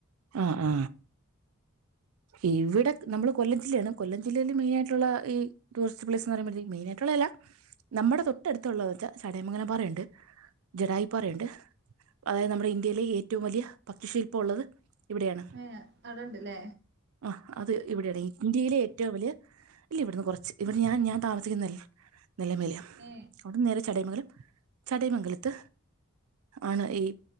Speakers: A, on the right; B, on the right.
A: ആ ആ ഇവിടെ നമ്മള് കൊല്ലം ജില്ലയാണ് കൊല്ലം ജില്ലയില് മെയിൻ ആയിട്ടുള്ള ഈ ടൂറിസ്റ്റ് പ്ലേസ് എഎന്ന് പറയുമ്പോേ മെയിൻ ആയിട്ടുള്ള അല്ല നമ്മുടെ തൊട്ടടുത്തുള്ളത വച്ചാ ചടയം മംഗലം പാറയുണ്ട് ജഡായിപ്പാറയുണ്ട് അതായത് നമ്മുടെ ഇന്ത്യയിലെ ഏറ്റവും വലിയ ഭക്ഷിശില്പം ഉള്ളത് ഇവിടെയാണ്
B: ഏ അത് ഉണ്ടല്ലേ
A: ആ അത് ഇവിടെയാണ് ഇന്ത്യയിലെ ഏറ്റവും വലിയ ഇല്ല ഇവിടുന്ന് കുറച്ച് ഇവിടെ ഞാൻ ഞാൻ താമസിക്കുന്ന നിലമിലാണ്
B: ഏ
A: അവിടുന്ന് നേരെ ചടൈമംഗലം ചടൈമംഗലത്ത് ആണ് ഈ